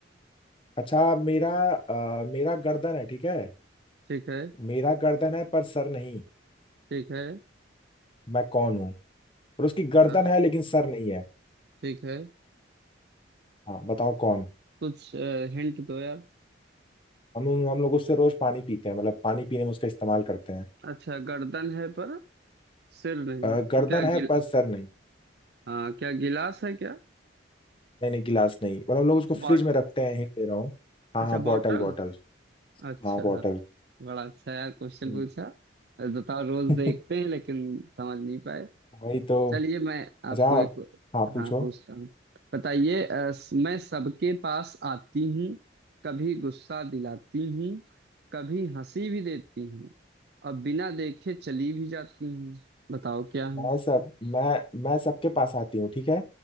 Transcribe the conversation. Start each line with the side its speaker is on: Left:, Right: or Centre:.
Left: अच्छा मेरा आ, मेरा गर्दन है ठीक है
Right: ठीक है
Left: मेरा गर्दन है पर सर नहीं
Right: ठीक है
Left: मैं कौन हूँ और उसकी गर्दन
Right: अ,
Left: है लेकिन सर नहीं है
Right: ठीक है
Left: हाँ बताओ कौन
Right: कुछ हिंट दो यार
Left: हम हम लोग उससे रोज पानी पीते हैं मतलब पानी पीने में उसका इस्तेमाल करते हैं
Right: अच्छा गर्दन है पर सिर नहीं
Left: अ, गर्दन
Right: तो क्या
Left: है
Right: गिल
Left: पर सर नहीं
Right: हाँ क्या गिलास है क्या
Left: नहीं नहीं गिलास नहीं और हम लोग उसको फ्रिज
Right: बॉट
Left: में रखते हैं हिंट दे रहा हूँ हाँ
Right: अच्छा
Left: हाँ बॉटल
Right: बॉटल
Left: बॉटल
Right: अच्छा
Left: हाँ बॉटल
Right: बड़ा अच्छा यार क्वेश्चन
Left: हम्म।
Right: पूछा बताओ रोज
Left: <laughs>
Right: देखते हैं लेकिन समझ नहीं पाए
Left: वही तो
Right: चलिए मैं
Left: अच्छा
Right: आपको एक
Left: हाँ पूछो
Right: हाँ पूछता हूँ बताइए अ, मैं सबके पास आती हूँ कभी गुस्सा दिलाती हूँ कभी हंसी भी देती हूँ और बिना देखे चली भी जाती हूँ बताओ क्या हूँ
Left: मैं सब मैं मैं सबके पास आती हूँ ठीक है